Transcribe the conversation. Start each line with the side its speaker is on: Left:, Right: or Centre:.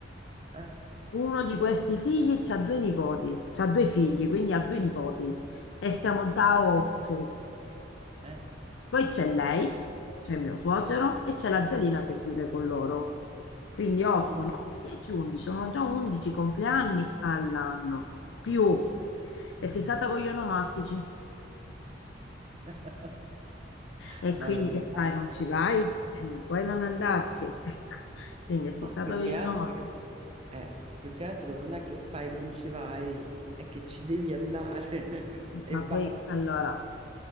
Right: ah,
Left: Uno di questi figli ha due nipoti, ha due figli, quindi ha due nipoti e siamo
Right: ok.
Left: già a otto.
Right: eh,
Left: Poi c'è lei, c'è mio suocero
Right: eh.
Left: e c'è la zialina che vive con loro. Quindi 8,
Right: Mm.
Left: 9, 10, 11, sono già 11 compleanni all'anno, più è fissata con gli onomastici.
Right: <laughs>
Left: E quindi
Right: No, l'onomastico
Left: che fai? Non ci vai?
Right: no.
Left: E non puoi non andarci. Ecco, quindi è fissata
Right: No, più
Left: con
Right: che
Left: gli
Right: altro,
Left: onomastici.
Right: che- eh, più che altro non è che fai, non ci vai, è che ci devi andare <laughs> e
Left: Ma
Right: basta.
Left: poi, allora,